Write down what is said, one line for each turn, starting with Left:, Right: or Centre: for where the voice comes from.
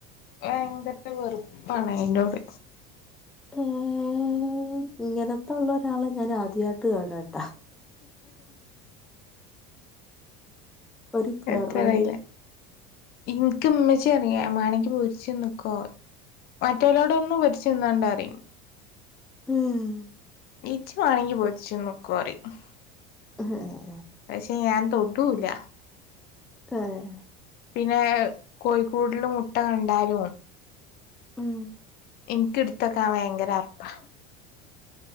Left: ഭയങ്കര വെറുപ്പാണ് അയിന്റോട്
Centre: ഉം... ഇങ്ങനത്തൊള്ള ഒരാളെ ഞാൻ ആദ്യായിട്ട് കാണാണ് ഒരു വെറൈറ്റി
Left: എന്ത അറിയില്ല ഇൻക്ക് ഉമ്മച്ചി അറിയേ മേണങ്കി പൊരിച്ചിന്നുക്കോ മറ്റുള്ളോടൊന്നും പൊരിച്ച് തിന്നണ്ടാ പറയും
Centre: ഉം
Left: ഇച്ച് വേണെങ്കി പോരിച്ച് തിന്നുക്കൊ പറയും
Centre: <inaudible>
Left: പക്ഷെ ഞാൻ തൊടൂല്ല
Centre: ആഹ്
Left: പിന്നെ കോഴിക്കൂട്ട്ല് മുട്ട കണ്ടാലും
Centre: ഉം
Left: എനിക്ക് എടുത്ത് വെക്കാൻ ഭയങ്കര അറപ്പാ